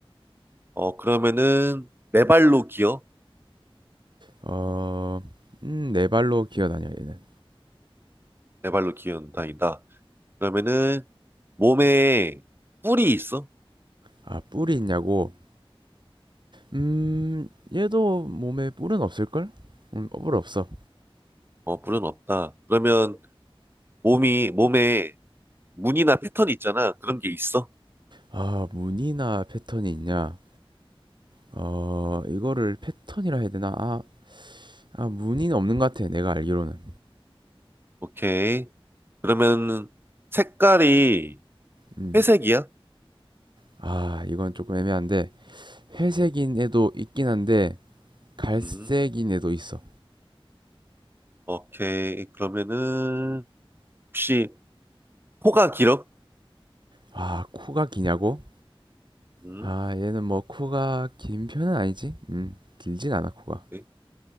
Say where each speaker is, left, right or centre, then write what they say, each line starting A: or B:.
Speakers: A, on the right; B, on the right.
A: 어, 그러면은 네 발로 기어?
B: 어, 음, 네 발로 기어다녀, 얘는.
A: 네 발로 기어 다닌다. 그러면은 몸에 뿔이 있어?
B: 아, 뿔이 있냐고? 음, 얘도 몸에 뿔은 없을걸? 음, 뿔 없어.
A: 어, 뿔은 없다. 그러면 몸이, 몸에 무늬나 패턴이 있잖아. 그런 게 있어?
B: 아, 무늬나 패턴이 있냐? 어, 이거를 패턴이라 해야 되나? 아, 아, 무늬는 없는 것 같아, 내가 알기로는.
A: 오케이. 그러면 색깔이
B: 음,
A: 회색이야?
B: 아, 이건 조금 애매한데, 회색인 애도 있긴 한데, 갈색인
A: 음,
B: 애도 있어.
A: 오케이. 그러면은 혹시 코가 길어?
B: 아, 코가 기냐고?
A: 음,
B: 아, 얘는 뭐 코가 긴 편은 아니지? 음, 길진 않아, 코가.
A: 오케이.